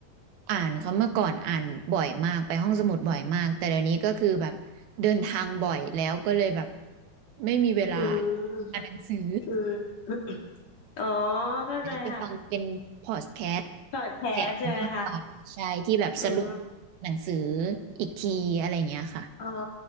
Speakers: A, on the right (about 85°); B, on the left (about 50°).
A: อ่านเขาเมื่อก่อนอ่านบ่อยมากไปห้องสมุดบ่อยมากแต่เดี๋ยวนี้ก็คือแบบเดินทางบ่อยแล้วก็เลยแบบไม่มีเวลา
B: อืม
A: อ่านหนังสือ
B: อืมอ๋อเข้าใจค่ะ
A: ไปฟังเป็นพอดแคสต์
B: พอดแคสต์ใช่ไหมคะ
A: แทนมากกว่าใช่ที่แบบสรุป
B: อืม
A: หนังสืออีกทีอะไรอย่างเงี้ยค่ะ
B: อ๋อ